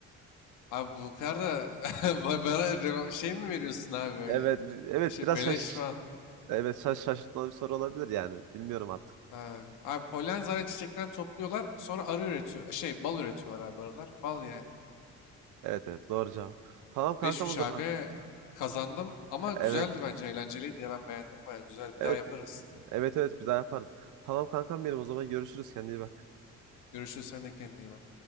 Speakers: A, on the left (about 90°); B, on the right (about 80°).
A: Abi bu kadar da <laughs> ba- bana reva- şey mi veriyorsun abi böyle?
B: Evet, evet
A: İşte
B: biraz
A: beleş
B: şaş
A: falan.
B: evet şaş şaşırtmalı bir soru olabilir yani. Bilmiyorum artık.
A: Abi, abi polen zaten çiçekten topluyorlar. Sonra arı üretiyor. Şey bal üretiyorlar abi arılar. Bal yani.
B: Evet evet doğru cevap. Tamam kankam
A: beş üç
B: o zaman.
A: abi kazandım. Ama güzeldi
B: Evet.
A: bence. Eğlenceliydi ya. Ben beğendim baya güzel. Bir
B: Evet.
A: daha yaparız.
B: Evet evet bir daha yaparız. Tamam kankam benim o zaman görüşürüz. Kendine iyi bak.
A: Görüşürüz. Sen de kendine iyi bak.